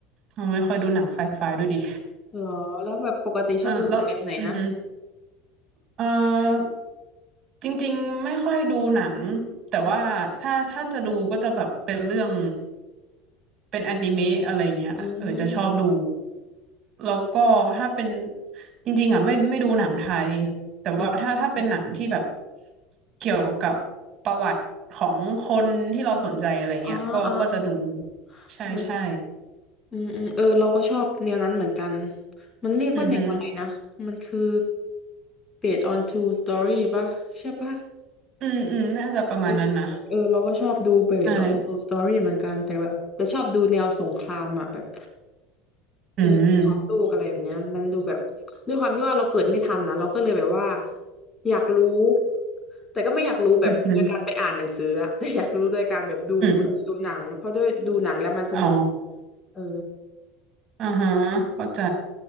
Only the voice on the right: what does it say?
เราไม่ค่อยดูหนังไซไฟด้วยดิ
<laughs> แล้วแล้วอืม เออจริงๆไม่ค่อยดูหนังแต่ว่าถ้าถ้าจะดูก็จะแบบเป็นเรื่อง
เป็นอนิเมะอะไรเงี้ยเออจะชอบดู
แล้วก็ถ้าเป็นจริงๆอ่ะไม่ไม่ดูหนังไทยแต่ว่าถ้าถ้าเป็นหนังที่แบบ
เกี่ยวกับประวัติของคนที่เราสนใจอะไรเงี้ยก็ก็จะดู
ใช่ใช่
อือฮึ
อืมอืมน่าจะประมาณนั้นนะ
ใช่
อืม
อือฮึ
อืมอ๋อ
อ่าฮะเข้าใจ